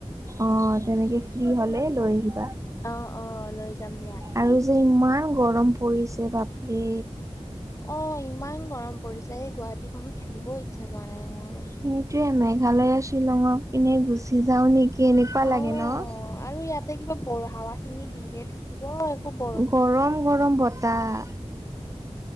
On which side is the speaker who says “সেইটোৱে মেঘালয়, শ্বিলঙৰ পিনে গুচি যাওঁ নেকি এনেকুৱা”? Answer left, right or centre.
Right